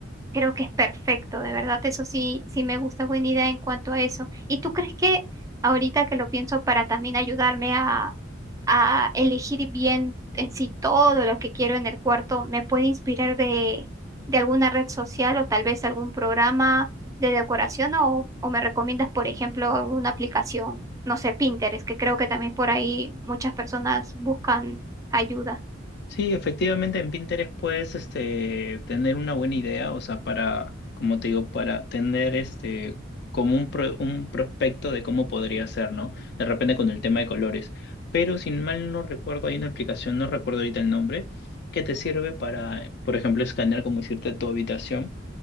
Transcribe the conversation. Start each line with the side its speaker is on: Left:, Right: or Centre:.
Right: Creo que es perfecto, de verdad, eso sí, sí me gusta, buena idea en cuanto a eso. ¿Y tú crees que ahorita que lo pienso para también ayudarme a, a elegir bien en sí todo lo que quiero en el cuarto, me puede inspirar de, de alguna red social o tal vez algún programa de decoración o, o me recomiendas, por ejemplo, alguna aplicación, no sé, Pinterest, que creo que también por ahí muchas personas buscan ayuda?
Left: Sí, efectivamente en Pinterest puedes este, tener una buena idea, o sea, para, como te digo, para tener este, como un, pro- un prospecto de cómo podría ser, ¿no? De repente con el tema de colores. Pero sin mal no recuerdo, hay una aplicación, no recuerdo ahorita el nombre, que te sirve para, por ejemplo, escanear, como decirte, tu habitación